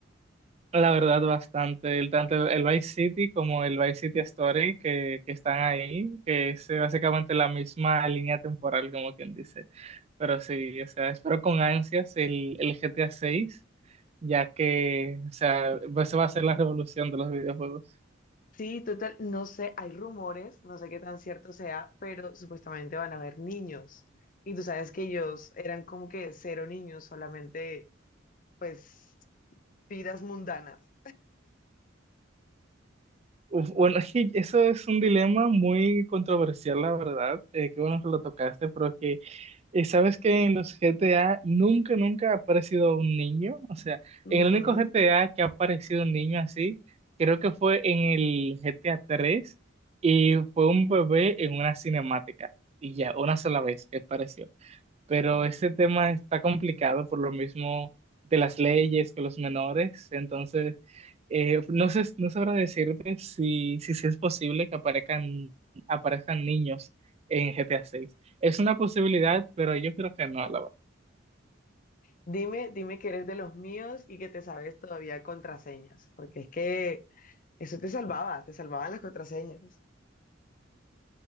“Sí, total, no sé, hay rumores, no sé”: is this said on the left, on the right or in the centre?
Left